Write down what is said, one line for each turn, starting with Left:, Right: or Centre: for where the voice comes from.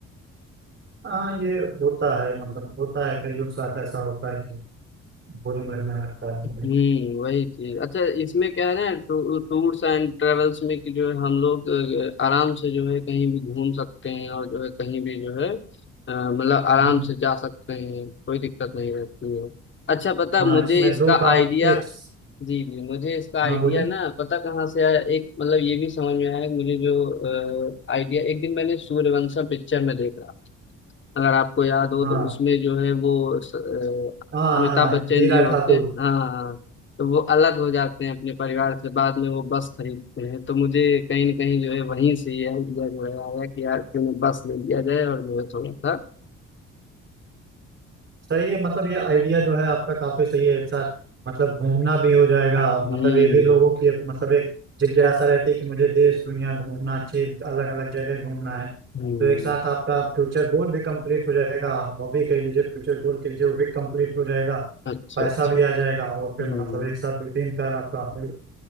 Right: हाँ ये होता है मतलब होता है कईयों के साथ ऐसा होता है कि बोरिंग लगने लगता है
Left: हम्म वही चीज अच्छा इसमें क्या है ना टू, टूर्स एंड ट्रेवल्स में कि जो है हम लोग अ, आराम से जो है कहीं भी घूम सकते हैं और जो है कहीं भी जो है अ, मतलब आराम
Right: हम्म।
Left: से जा सकते हैं कोई दिक्कत नहीं रहती है अच्छा पता है,
Right: हाँ
Left: मुझे
Right: इसमें
Left: इसका
Right: दो काम
Left: आइडिया
Right: एक
Left: जी जी मुझे इसका आइडिया
Right: हाँ बोली
Left: ना पता कहाँ से आया एक मतलब ये भी समझ में आया मुझे जो आइडिया एक दिन मैंने सूर्यवंशम पिक्चर में देखा अगर आपको याद हो
Right: हाँ
Left: तो उसमें जो है वो स- अ,
Right: हाँ
Left: अमिताभ
Right: हाँ
Left: बच्चन
Right: हीरा
Left: जी होते
Right: ठाकुर
Left: हैं हाँ हाँ तो वो अलग हो जाते हैं अपने परिवार से बाद में वो बस खरीदते हैं तो मुझे कहीं ना कहीं जो है वहीं से ये आइडिया जो है आया कि यार क्यों ना बस ले लिया जाए और जो है थोड़ा सा
Right: सही है मतलब ये आइडिया जो है आपका काफी सही है एक साथ मतलब घूमना भी हो जाएगा
Left: हम्म
Right: मतलब ये भी लोगों की मतलब एक जिज्ञासा रहती है कि मुझे देश दुनिया घूमना अच्छी अलग अलग जगह घूमना है
Left: हम्म
Right: तो एक साथ आपका फ्यूचर गोल भी कंप्लीट हो जाएगा हॉबी कह लीजिए फ्यूचर गोल कह लीजिए वो भी कंप्लीट हो जाएगा
Left: अच्छा
Right: पैसा
Left: अच्छा
Right: भी आ जाएगा और फिर
Left: हम्म
Right: मतलब एक साथ दो तीन कार आपका हो,